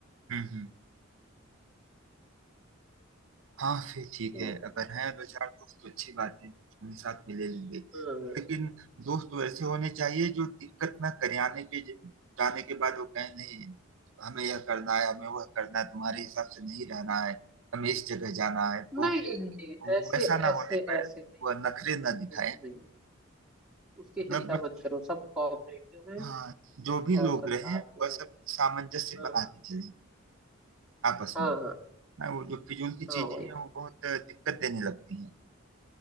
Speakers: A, on the right; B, in the centre.
A: हम्म हम्म हाँ फिर ठीक
B: तो,
A: है अगर हैं दो चार दोस्त तो अच्छी बात है उन्हें साथ में ले लेंगे
B: हाँ,
A: लेकिन दोस्त वैसे होने चाहिए जो दिक्कत ना करे आने के जाने के बाद वो कहें नहीं हमें यह करना है हमें वह करना है तुम्हारे हिसाब से नहीं रहना है हमें इस जगह जाना है तो
B: नहीं नहीं नहीं,
A: वो
B: ऐसे
A: वैसा ना
B: ऐसे
A: होने पाए
B: ऐसे नहीं
A: वह नखरे
B: है,
A: ना दिखाए
B: ऐसे नहीं है उसकी
A: मतलब
B: चिंता मत करो सब कोऑपरेटिव हैं
A: हाँ जो भी लोग
B: और सब
A: रहे
B: साथ में
A: वह सब
B: हैं
A: सामंजस्य
B: हाँ
A: बना के चले आपस
B: हाँ
A: में
B: हाँ
A: ना वो जो फिजूल की
B: हाँ
A: चीजें
B: वही
A: हैं वो बहुत दिक्कत देने लगती हैं